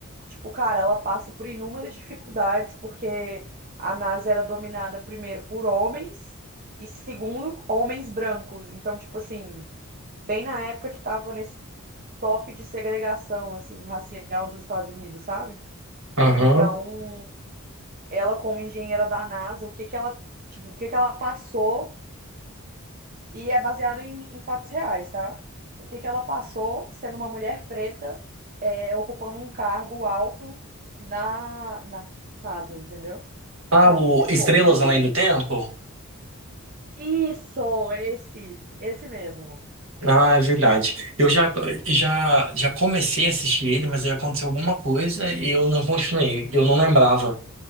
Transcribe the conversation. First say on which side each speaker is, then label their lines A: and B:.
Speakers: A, on the right (about 40°); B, on the right (about 60°).
A: tipo, cara, ela passa por inúmeras dificuldades porque a NASA era dominada primeiro por homens e segundo, homens brancos. Então, tipo assim, bem na época que tava nesse top de segregação assim racial dos Estados Unidos, sabe?
B: Aham.
A: Então, ela como engenheira da NASA, o que que ela, tipo, o que que ela passou E é baseado em, em fatos reais, tá? O que que ela passou sendo uma mulher preta, é, ocupando um cargo alto na, na NASA, entendeu?
B: Ah,
A: É
B: o
A: muito
B: Estrelas
A: bom, muito
B: Além
A: bom
B: do
A: mesmo.
B: Tempo?
A: Isso, esse, esse mesmo,
B: Ah, é verdade.
A: esse
B: Eu
A: mesmo.
B: já, já, já comecei a assistir ele, mas aí aconteceu alguma coisa e eu não continuei. Eu não lembrava